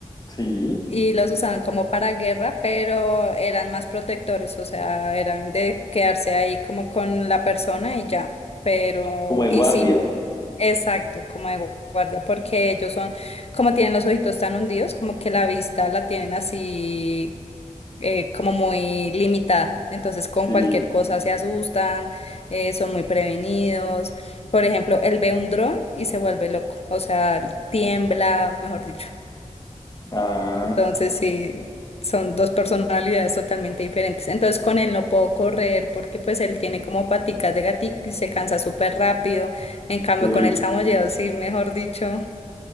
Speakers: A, on the left; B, on the left.
A: Sí,
B: y los usaban como para guerra, pero eran más protectores, o sea, eran de quedarse ahí como con la persona y ya. Pero,
A: como de
B: y
A: guardia.
B: sí. Exacto, como de guardia, porque ellos son, como tienen los ojitos tan hundidos, como que la vista la tienen así, eh, como muy limitada. Entonces, con
A: Sí,
B: cualquier cosa se asustan, eh, son muy prevenidos. Por ejemplo, él ve un dron y se vuelve loco, o sea, tiembla, mejor dicho.
A: ah,
B: Entonces, sí, son dos personalidades totalmente diferentes. Entonces, con él no puedo correr porque pues él tiene como paticas de gatito y se cansa súper rápido. En cambio,
A: sí.
B: con el samoyedo, sí, mejor dicho.